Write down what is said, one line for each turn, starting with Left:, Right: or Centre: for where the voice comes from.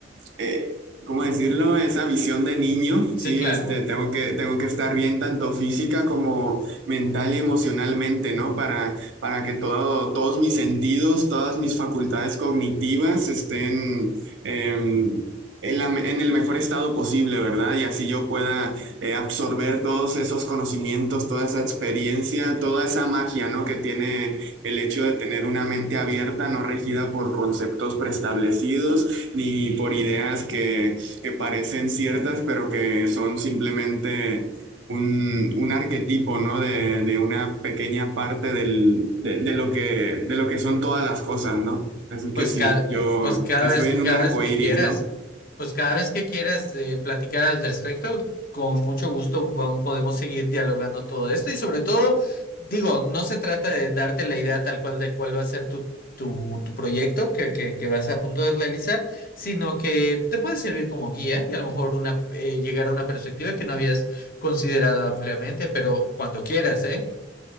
Right: eh, ¿cómo decirlo? Esa visión de niño,
Left: Sí,
Right: ¿sí?
Left: claro.
Right: Este, tengo que, tengo que estar bien tanto física como mental y emocionalmente, ¿no? Para, para que todo, todos mis sentidos, todas mis facultades cognitivas estén... em, en la- en el mejor estado posible, ¿verdad? Y así yo pueda eh, absorber todos esos conocimientos, toda esa experiencia, toda esa magia, ¿no? Que tiene el hecho de tener una mente abierta, no regida por conceptos preestablecidos ni por ideas que, que parecen ciertas, pero que son simplemente un, un arquetipo, ¿no? De, de una pequeña parte del, de, de lo que, de lo que son todas las cosas, ¿no? Así que
Left: Pues
Right: sí,
Left: cada,
Right: yo
Left: pues cada
Right: estoy
Left: vez que
Right: en un
Left: cada
Right: arco
Left: vez que
Right: iris,
Left: quieras,
Right: ¿no?
Left: pues cada vez que quieras eh, platicar al respecto, con mucho gusto vam- podemos seguir dialogando todo esto y sobre todo, digo, no se trata de darte la idea tal cual de cuál va a ser tu, tu, tu proyecto que, que, que vas a punto de realizar, sino que te puede servir como guía y a lo mejor una, eh, llegar a una perspectiva que no habías considerado ampliamente, pero cuando quieras, ¿eh?